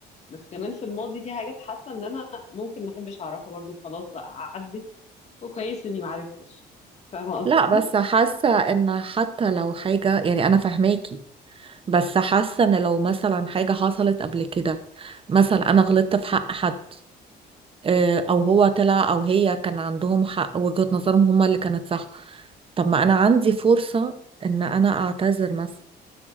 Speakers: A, on the left (about 40°); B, on the right (about 30°).
A: بس كمان في الماضي في حاجات حاسه ان انا ممكن ما احبش اعرفها برضو خلاص بقى عدت وكويس اني ما عرفتش فاهمه قصدي
B: لا بس حاسة ان حتى لو حاجة يعني انا فاهماكي بس حاسة ان لو مثلا حاجة حصلت قبل كده مثلا انا غلطت في حق حد آه، او هو طلع او هي كان عندهم حق وجهة نظرهم هما اللي كانت صح طب ما انا عندي فرصة ان انا اعتذر مثلا